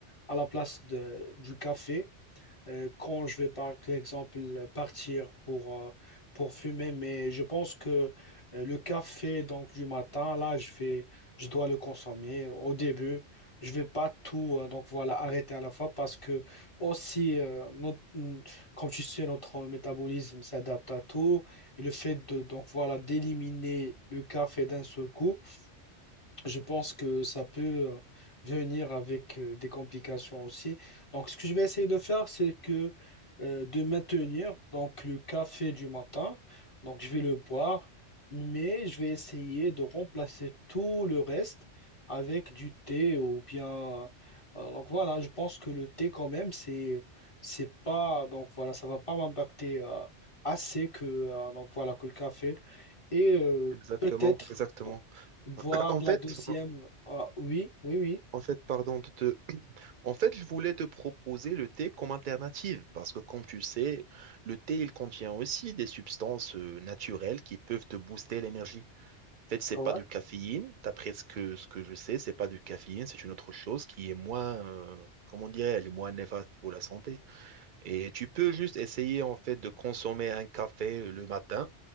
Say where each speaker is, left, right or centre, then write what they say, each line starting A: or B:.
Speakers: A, on the left; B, on the right.
A: à la place de- du café euh, quand je vais par exemple partir pour, euh, pour fumer, mais je pense que euh, le café donc du matin, là, je vais, je dois le consommer au début. Je vais pas tout euh, donc voilà arrêter à la fois parce que aussi euh, notre- comme tu sais notre métabolisme s'adapte à tout et le fait de donc voilà d'éliminer le café d'un seul coup je pense que ça peut euh, venir avec euh, des complications aussi. Donc, ce que je vais essayer de faire, c'est que euh, de maintenir donc le café du matin. Donc, je vais le boire, mais je vais essayer de remplacer tout le reste avec du thé ou bien. euh, donc voilà, je pense que le thé quand même, c'est c'est pas donc voilà, ça va pas m'impacter euh, assez que euh, donc voilà que le café. Et euh,
B: Exactement,
A: peut-être,
B: exactement.
A: bon, boire
B: <clears throat> En
A: la
B: fait,
A: deuxième, ah, oui, oui, oui,
B: en fait, pardon de te... En fait, je voulais te proposer le thé comme alternative parce que, comme tu sais, le thé, il contient aussi des substances euh, naturelles qui peuvent te booster l'énergie. fait, c'est
A: Ah
B: pas
A: Ouais.
B: du caféine. D'après ce que, ce que je sais, c'est pas du caféine, c'est une autre chose qui est moins, euh, comment dirais elle est moins néfaste pour la santé. Et tu peux juste essayer, en fait, de consommer un café euh, le matin